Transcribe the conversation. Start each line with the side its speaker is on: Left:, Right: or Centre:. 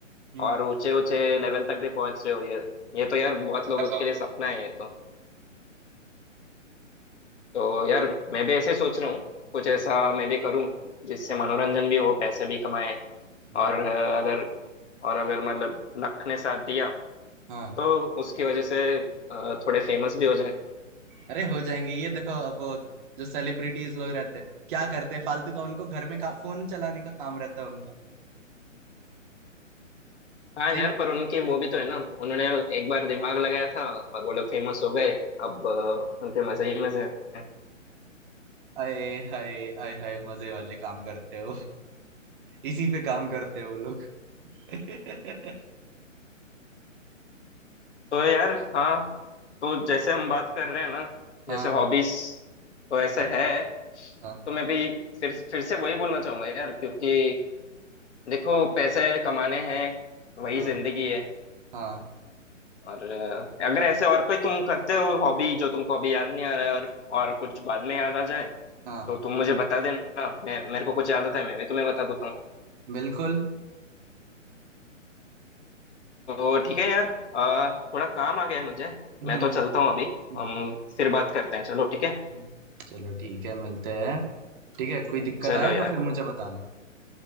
Right: हम्म
Left: और ऊंचे ऊंचे लेवल तक भी पहुंच रहे हो ये ये तो यार बहुत लोगों
Right: मतलब
Left: के लिए सपना है ये तो तो यार मैं भी ऐसे ही सोच रहा हूँ कुछ ऐसा मैं भी करूँ जिससे
Right: हम्म,
Left: मनोरंजन भी हो पैसे भी कमाए
Right: हम्म,
Left: और अ, अगर और अगर मतलब लक ने साथ दिया
Right: हाँ
Left: तो उसकी वजह से अ, थोड़े फेमस भी हो
Right: अरे हो जाएंगे ये देखो अब वो जो सेलिब्रिटीज लोग रहते हैं क्या करते हैं फालतू का उनको घर में का, फोन चलाने का काम रहता है उनका
Left: हाँ
Right: सही
Left: यार पर उनकी वो भी तो है ना उन्होंने एक बार दिमाग लगाया था और वो लोग फेमस हो गए अब अ, उनके मजे ही मजे हैं
Right: आए हाय आए हाय मजे वाले काम करते हो <laughs> इसी पे काम करते हो वो लोग <laughs>
Left: तो यार हाँ तो जैसे हम बात कर रहे हैं ना
Right: हाँ
Left: जैसे हॉबीज तो ऐसे
Right: हाँ
Left: है
Right: हाँ
Left: तो मैं भी फिर फिर से वही बोलना चाहूंगा यार क्योंकि देखो पैसे कमाने हैं वही
Right: हाँ
Left: जिंदगी है
Right: हाँ
Left: और अ, अगर ऐसे और कोई तुम करते हो हॉबी जो तुमको अभी याद नहीं आ रहा है और और कुछ बाद में याद आ जाए
Right: हाँ
Left: तो तुम मुझे बता देना मैं मेरे को कुछ याद आता है मैं भी तुम्हें बता देता हूँ
Right: बिल्कुल
Left: तो ठीक है यार आ, थोड़ा काम आ गया है मुझे
Right: हम्म
Left: मैं तो चलता हूँ अभी
Right: हम्म,
Left: हम फिर बात करते हैं चलो ठीक है
Right: हम्म। चलो ठीक है मिलते हैं ठीक है कोई दिक्कत
Left: चलो
Right: आए
Left: यार
Right: तो फिर मुझे बताना